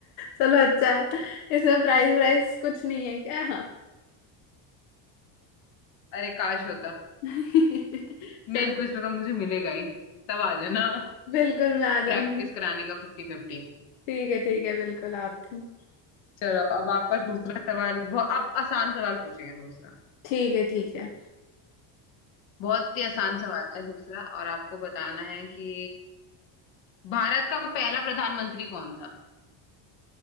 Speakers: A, on the left; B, on the left.
A: चलो अच्छा है इसमें प्राइस प्राइस कुछ नहीं है क्या
B: अरे काश होता
A: <laughs>
B: मेन
A: चलो
B: क्विज में तो मुझे मिलेगा ही तब आ जाना
A: बिल्कुल मैं आ
B: प्रैक्टिस
A: जाऊंगी
B: कराने का फिफ्टी फिफ्टी
A: ठीक है ठीक है बिल्कुल आती हूँ
B: चलो अब आपका दूसरा सवाल बहुत अब आसान सवाल पूछेंगे दूसरा
A: ठीक है ठीक है
B: बहुत ही आसान सवाल है दूसरा और आपको बताना है कि भारत का पहला प्रधानमंत्री कौन था